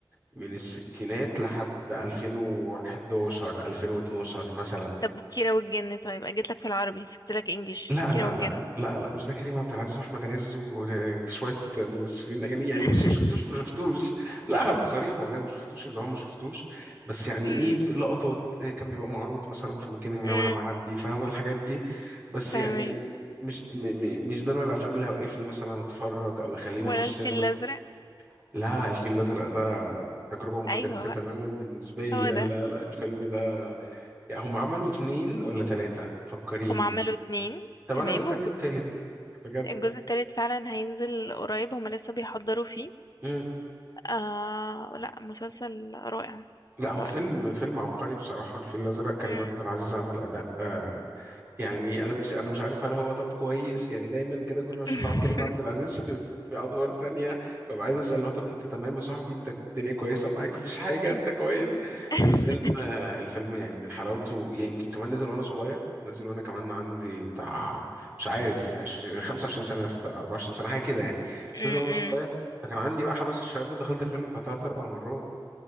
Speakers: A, on the right; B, on the left.
A: من الستينات لحد 2011 2012 مثلا
B: طب وكيرة والجن طيب انا جيت لك في العربي سبت لك انجليش
A: لا لا
B: كيرة والجن
A: لا لا لا مش ده كريم عبد العزيز واحمد عز وشويه ممثلين اجانب يعني
B: <laughs>
A: بصي ما شفتوش ما شفتوش لا هبقى صريح والله ما شفتوش اللي هو ما شفتوش بس يعني
B: امم
A: ايه لقطات إيه كان بيبقى معروض مثلا في مكان ما
B: امم
A: وانا معدي فاهمه الحاجات دي بس
B: فاهمك
A: يعني مش م- م- مش ده نوع الافلام اللي هيوقفني مثلا اتفرج او يخليني
B: ولا
A: اخش
B: الفيل
A: سينما
B: الازرق
A: لا الفيل الازرق ده تجربه مختلفه
B: ايوه بقى
A: تماما بالنسبه لي
B: هو
A: لا
B: ده
A: لا لا الفيلم ده يعني هم عملوا اتنين ولا ثلاثه فكريني
B: هم عملوا اتنين
A: طب
B: تمام
A: انا مستني التالت بجد
B: الجزء التالت فعلا هينزل قريب هما لسه بيحضروا فيه
A: مم.
B: آه لا مسلسل رائع
A: لا هو
B: رائع
A: فيلم فيلم عبقري بصراحة الفيل الأزرق كريم
B: مم.
A: عبد العزيز عمل أداء آه، يعني انا مش انا مش عارف هل هو طب كويس يعني دايما كده كل ما اشوف
B: <laughs>
A: عبد الكريم عبد العزيز في, في, في ادوار تانية ببقى عايز اسال هو طب انت تمام يا صاحبي انت الدنيا كويسه معاك مفيش حاجه انت
B: انت-
A: كويس
B: <laughs>
A: الفيلم آه، الفيلم يعني من حلاوته يعني يمكن كمان نزل وانا صغير نزل وانا كمان عندي بتاع مش عارف 20 25 سنه ست- 24 سنه حاجه كده يعني بس
B: مم،
A: نزل وانا
B: مم.
A: صغير فكان عندي بقى حماس الشباب ده دخلت الفيلم بتاع ثلاث اربع مرات